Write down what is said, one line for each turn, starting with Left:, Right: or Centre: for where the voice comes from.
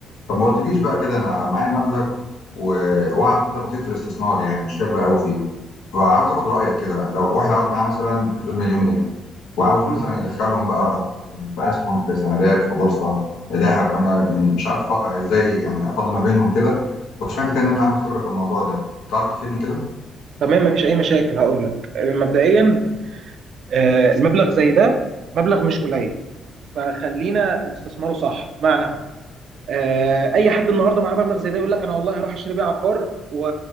Left: طب ما قلتليش بقى كده انا معايا مبلغ و... واعرف كده بسيط في الاستثمار يعني مش خبره قوي فيه فعاوز اخد رايك كده لو واحد عاوز معاه مثلا حدود مليون جنيه وعاوز
Right: مم.
Left: مثلا يدخلهم بقى في اسهم في سندات في بورصه ذهب انا يعني مش عارف أ- ازاي يعني افاضل ما بينهم كده وسمعت كده ان انت عندك خبره في الموضوع ده تعرف تفيدني كده
Right: تمام مفيش اي مشاكل هقول لك آه، مبدئيا آه، المبلغ زي ده مبلغ مش قليل فخلينا نستثمره صح بمعنى آه، اي حد النهارده معاه مبلغ زي ده يقول لك انا والله هروح اشتري بيه عقار و-